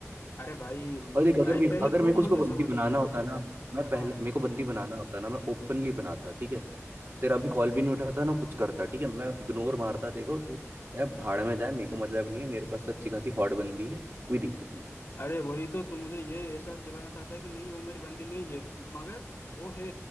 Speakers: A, on the left; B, on the right.
A: अरे भाई
B: और देख अगर
A: भाई
B: मैं
A: पहले
B: अगर
A: तू
B: मेरे को
A: मुझे
B: उसको बंदी
A: समझ
B: बनाना
A: यार
B: होता ना मैं पहले
A: हाँ
B: मेरे को बंदी बनाना होता ना मैं ओपनली बनाता ठीक है तेरा अभी कॉल भी नहीं उठाता ना कुछ करता ठीक है मैं इग्नोर मारता देखो कि यार भाड़ में जाए मेरे को मतलब नहीं है मेरे पास तो अच्छी खासी हॉट बंदी है कोई दिक्कत नहीं है
A: अरे वही तो तुम मुझे ये एहसास दिलाना चाहता है कि नहीं वो मेरी बंदी नहीं है मगर वो है